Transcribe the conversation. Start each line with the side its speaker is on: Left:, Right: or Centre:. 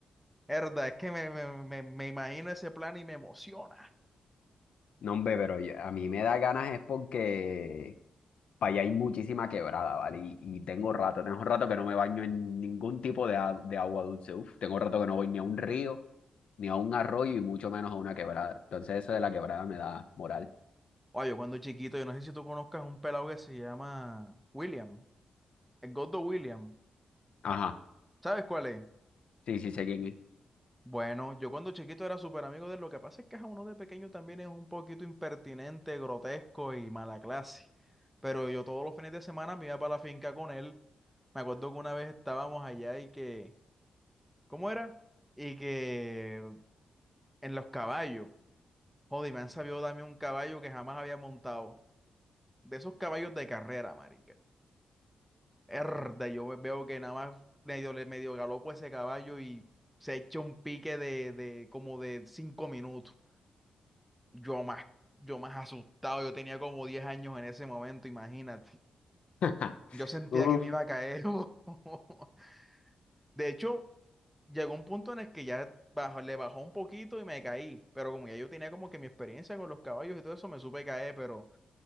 Centre: Herda, es que me, me, me me imagino ese plan y me emociona.
Left: No, hombre, pero yo- a mí me da ganas es porque para allá hay muchísima quebrada, ¿vale? Y, y tengo rato, tengo rato que no me baño en ningún tipo de, a- de agua dulce. Uf, tengo rato que no voy ni a un río, ni a un arroyo y mucho menos a una quebrada. Entonces eso de la quebrada me da moral.
Centre: Oye, yo cuando chiquito, yo no sé si tú conozcas un pelado que se llama William, el Gordo William.
Left: Ajá,
Centre: ¿Sabes cuál es?
Left: sí, sí, sé quién es.
Centre: Bueno, yo cuando chiquito era súper amigo de él. Lo que pasa es que a uno de pequeño también es un poquito impertinente, grotesco y mala clase. Pero yo todos los fines de semana me iba para la finca con él. Me acuerdo que una vez estábamos allá y que, ¿cómo era? Y que en los caballos, joder, me han sabido darme un caballo que jamás había montado. De esos caballos de carrera, marica. Erda, yo me veo que nada más medio, le medio galopo ese caballo y se echa un pique de, de como de cinco minutos. Yo más, yo más asustado, yo tenía como 10 años en ese momento, imagínate.
Left: <laughs>
Centre: Yo sentía
Left: Uf,
Centre: que me iba a caer. <laughs> De hecho, llegó un punto en el que ya bajó- le bajó un poquito y me caí, pero como ya yo tenía como que mi experiencia con los caballos y todo eso, me supe caer, pero...